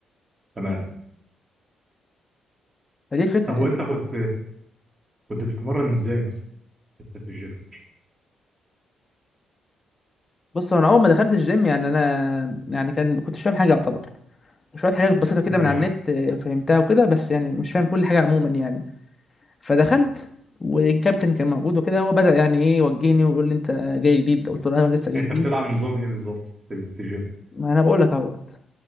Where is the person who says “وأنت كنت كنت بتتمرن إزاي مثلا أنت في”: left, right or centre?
Right